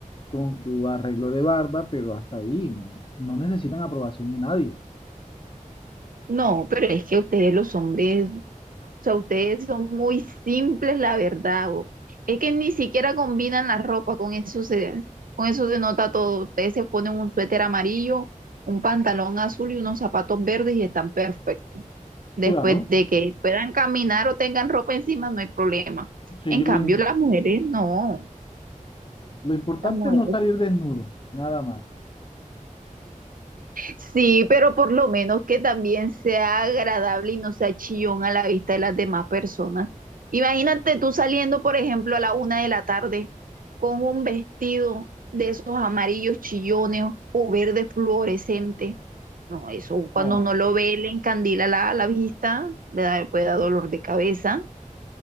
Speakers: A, on the left; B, on the right.
A: con su arreglo de barba, pero hasta ahí, no necesitan aprobación de nadie.
B: No, pero es que ustedes los hombres, o sea, ustedes son muy simples, la verdad. o- Es que ni siquiera combinan la ropa, con eso se, con eso se nota todo. Ustedes se ponen un suéter amarillo, un pantalón azul y unos zapatos verdes y están perfectos. Después
A: Claro.
B: de que puedan caminar o tengan ropa encima, no hay problema.
A: Sí,
B: En cambio,
A: lo, im-
B: las mujeres no.
A: lo importante
B: Las mujeres
A: es no salir desnudo, nada más.
B: Sí, pero por lo menos que también sea agradable y no sea chillón a la vista de las demás personas. Imagínate tú saliendo, por ejemplo, a la una de la tarde con un vestido de esos amarillos chillones o verde fluorescente. No, eso cuando
A: No,
B: uno lo ve, le encandila la, la vista, le da, puede dar dolor de cabeza.